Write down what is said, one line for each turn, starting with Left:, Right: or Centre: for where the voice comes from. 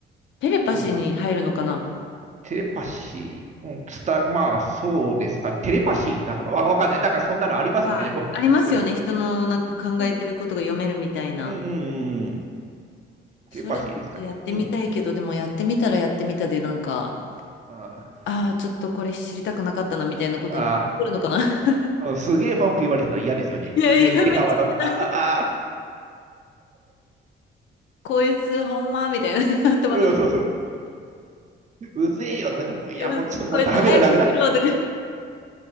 Left: テレパシーに入るのかな
Right: うん。テレパシー、うん、伝え、まあ、そうですかね。テレパシーになるのかわ、わかんない。なんかそんなのありますよね、
Left: はい。
Right: でも。
Left: ありますよね。
Right: <laughs>
Left: 人のなんか考えてることが読めるみたいな。
Right: うん、うん、うん、うん、うん。
Left: それちょっとやってみたいけど、
Right: テレパシーですかね。うん。
Left: でもやってみたらやってみたで、なんか、
Right: あー
Left: ああ、ちょっとこれ知りたくなかったなみたいなこといっぱい起こるのかな。
Right: あ
Left: <laughs>
Right: ー、うんすげえ文句言われてたら嫌ですよね。
Left: いやいや、
Right: ね、笑顔はダメ。
Left: めっちゃ嫌だ。
Right: ああ、ああ、
Left: こいつ、ほんまみたいな <laughs> 頭の中。
Right: うん、そうそう、うぜえよとか言ったら、もういや、
Left: いやこいつ早くしろとか、
Right: もうちょっともうダメだ、ダメだ。